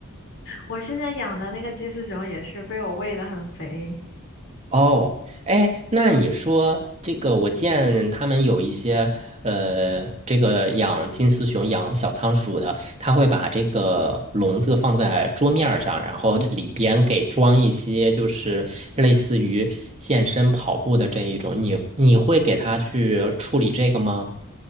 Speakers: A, on the left (about 60°); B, on the right (about 30°).
A: 我现在养的那个金丝熊也是被我喂得很肥。
B: 哦，哎，那你说这个，我见他们有一些呃，这个养金丝熊、养小仓鼠的，他会把这个笼子放在桌面儿上，然后里边给装一些就是类似于健身跑步的这一种，你你会给他去处理这个吗？